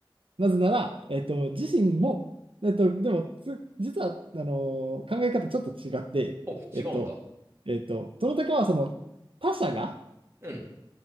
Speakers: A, on the right; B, on the right.
A: なぜなら、えっと、自身も、えっと、でも、つ、実は、あのー考え方ちょっと違って、
B: お、違うんだ。
A: えっと、えっと、トロタカはその、他者が、
B: うん。